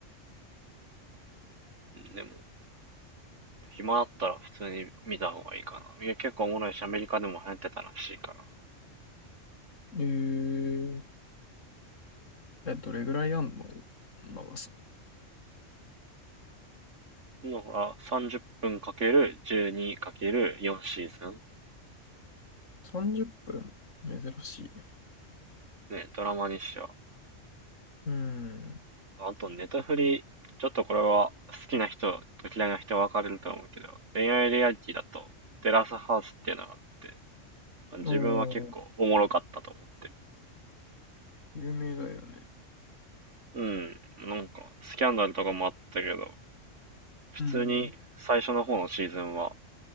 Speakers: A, on the right (about 70°); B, on the left (about 80°).
A: でも、暇あったら普通に見た方がいいかな。いや、結構おもろいし、アメリカでも流行ってたらしいから。
B: えー、え、どれぐらいあんの長さ。
A: だから、30分かける12かける4シーズン。
B: 30分。珍しいね。
A: ね、ドラマにしては。
B: うん。
A: あと、ネタフリ、ちょっとこれは好きな人と嫌いな人分かれると思うけど、恋愛リアリティだと、テラスハウスっていうのがあって、自分は結構おもろかったと思ってる。
B: おー、有名だよね。
A: うん、なんか、スキャンダルとかもあったけど、普通に最初の方のシーズンは
B: うん。